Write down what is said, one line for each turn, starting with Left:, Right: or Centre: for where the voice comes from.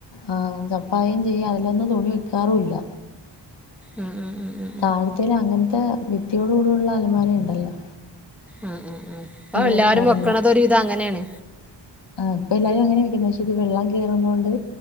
Left: ആ ചപ്പാവെയും ചെയ്യും അതിലൊന്നും തുണി വെയ്ക്കാറൂല്ല.
Centre: ഉം ഉം ഉം ഉം
Left: താഴ്ത്തേൽ അങ്ങനത്തെ ഭിത്തിയോടു കൂടെയുള്ള അലമാരയണ്ടല്ലോ
Centre: ഉം ഉം ഉം അപ്പൊ എല്ലാവരും
Left: വെക്കാറില്ല
Centre: വെക്കണതൊരു വിധം അങ്ങനെയാണ്
Left: ഇപ്പം എല്ലാവരും അങ്ങനെ വെക്കുന്നത് പക്ഷെ ഇത് വെള്ളം കയറുന്നകൊണ്ട്